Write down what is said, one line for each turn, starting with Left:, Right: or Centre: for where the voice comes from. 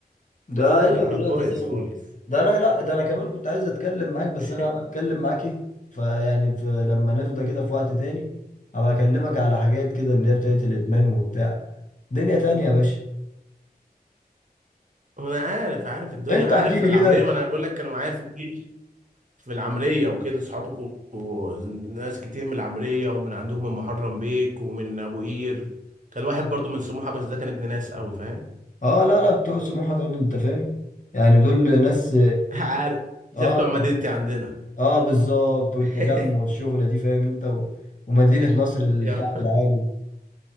Left: ده
Right: <laughs>
Left: الا
Right: على
Left: كلها
Right: البايظ
Left: تسوق
Right: خالص
Left: ده انا لا ده انا كمان كنت عايز اتكلم معاك بس انا
Right: <laughs>
Left: بتكلم معاك ايه فيعني في لما نفضى كده في وقت تاني هبقى اكلمك على حاجات كده اللي هي بتاعت الادمان وبتاع دنيا تانية يا باشا
Right: انا عارف عارف الدنيا
Left: انت
Right: عارف
Left: احكي لي
Right: العمريه
Left: كده
Right: ما انا بقول لك كانوا معايا في الجيش في العمرية وكده صحابك وناس كتير من العمرية ومن عندهم من محرم بيك ومن أبو قير كان واحد برضو من سموحة بس ده كان ابن ناس قوي فاهم
Left: اه لا لا بتوع سموحه دول انت فاهم يعني دول ناس
Right: <laughs> عارف زي
Left: اه
Right: بتوع
Left: انت
Right: مدينتي عندنا
Left: اه بالظبط والتجمع
Right: <laughs>
Left: والشغلة دي فاهم انت و... ومدينة نصر الكعب
Right: يا.
Left: العالي